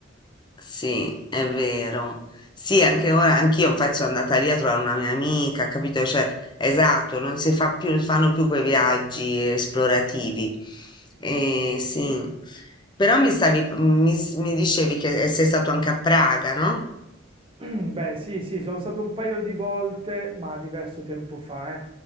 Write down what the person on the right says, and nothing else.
<clears throat> Beh, sì, sì, sono stato un paio di volte, ma diverso tempo fa, eh.